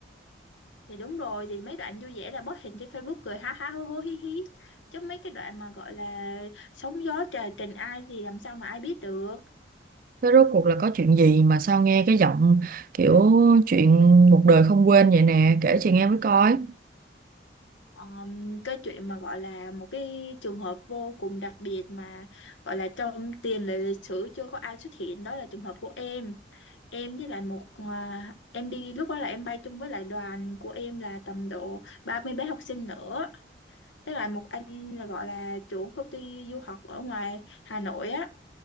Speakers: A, on the left; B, on the right.
A: thì đúng rồi thì mấy đoạn vui vẻ là post hình trên Facebook cười ha ha hố hố hí hí chứ mấy cái đoạn mà gọi là sóng gió trời tình ai thì làm sao mà ai biết được
B: thế rốt cuộc là có chuyện gì mà sao nghe cái giọng kiểu chuyện một đời không quên vậy nè kể chị nghe mới coi
A: Ờm, cái chuyện mà gọi là một cái trường hợp vô cùng đặc biệt mà gọi là trong tiền lệ lịch sử chưa có ai xuất hiện đó là trường hợp của em em với lại một à, em đi lúc đó là em bay chung với lại đoàn của em là tầm độ 30 bé học sinh nữa với lại một anh là gọi là chủ công ty du học ở ngoài Hà Nội á